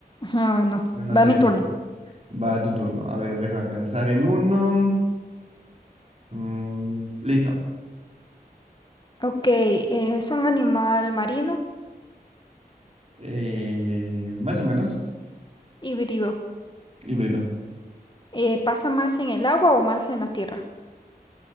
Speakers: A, on the left; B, on the right.
A: Ah, bueno,
B: No, no
A: va
B: sería
A: mi turno.
B: un cuervo. Va a tu turno. A ver, déjame pensar en uno. Mm, listo.
A: Ok, eh, es un animal marino
B: Eh, más o menos.
A: híbrido.
B: Híbrido.
A: Eh, ¿pasa más en el agua o más en la tierra?